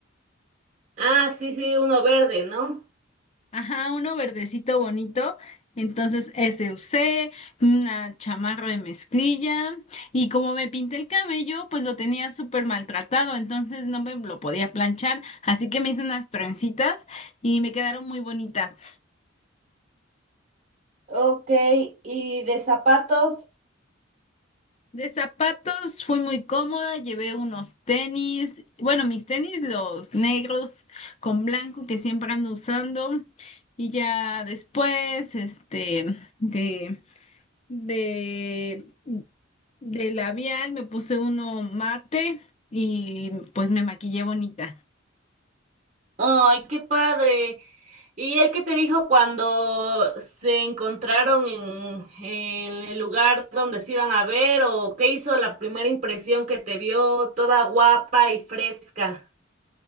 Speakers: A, on the right; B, on the left.
A: Ah, sí, sí, uno verde, ¿no?
B: Ajá, uno verdecito bonito. Entonces ese usé, una chamarra de mezclilla y como me pinté el cabello, pues lo tenía súper maltratado, entonces no me lo podía planchar, así que me hice unas trencitas y me quedaron muy bonitas.
A: Ok, ¿y de zapatos?
B: De zapatos fui muy cómoda, llevé unos tenis, bueno, mis tenis los negros con blanco que siempre ando usando y ya después, este, de... de, de labial, me puse uno mate y pues me maquillé bonita.
A: Ay, qué padre. ¿Y él qué te dijo cuando se encontraron en, en el lugar donde se iban a ver o qué hizo la primera impresión que te vio toda guapa y fresca?